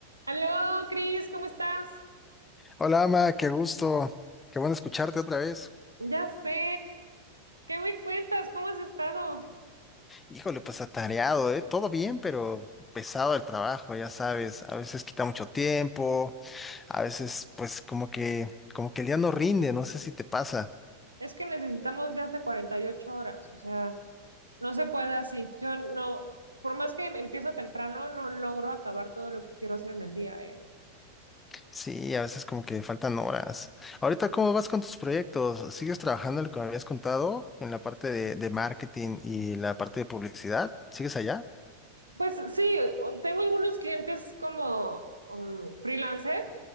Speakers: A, on the right; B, on the left.
A: Aló, Cris, ¿cómo estás?
B: Hola, Ama, qué gusto. Qué bueno escucharte otra vez.
A: Ya sé. ¿Qué me cuentas? ¿Cómo has estado?
B: Híjole, pues atareado, ¿eh? Todo bien, pero pesado el trabajo, ya sabes. A veces quita mucho tiempo, a veces pues como que, como que el día no rinde, no sé si te pasa.
A: Es que necesitamos de hasta 48 horas, o sea, no se puede así. Yo no, por más que empiezo temprano, no logro acabar todo lo que quiero hacer en el día, ¿eh?
B: Sí, a veces como que faltan horas. Ahorita, ¿cómo vas con tus proyectos? ¿Sigues trabajando en lo que me habías contado en la parte de, de marketing y la parte de publicidad? ¿Sigues allá?
A: Pues sí, tengo algunos clientes como um, freelancer